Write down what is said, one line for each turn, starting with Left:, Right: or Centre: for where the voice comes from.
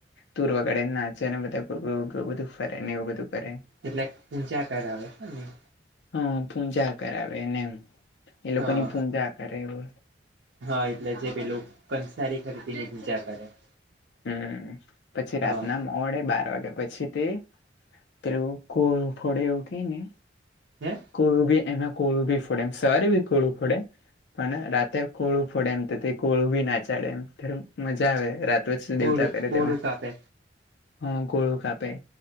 Left: તૂરવાગાે નાચેને બધા બધું ફરે ને એવું બધું કરે.
Right: એટલે ઊચ્યા કરાવ નહી.
Left: હ પૂજા કરાવેને એ લોકો
Right: હા
Left: ની પૂજા કરે એ હો.
Right: હા એટલે જે પેલું કંસારી ખરીદી ની પૂજા કરે.
Left: હમ પછી
Right: હા
Left: રાતના મોડે બાર પછી તે પેલું કો ફડે એવું કેયને
Right: હે
Left: કોળું બી એમાં કોળું બી ફોડે એમ સું બી કોળું ફોડે. પણ રાતે કોળું ફોડે એમ તો તે કોળું ભી નાચાડે એમ મજા આવે
Right: ઘોડું
Left: દેવતા કરે
Right: ઘોડું
Left: તેમાં
Right: કાપે
Left: હા ગોળું કાપે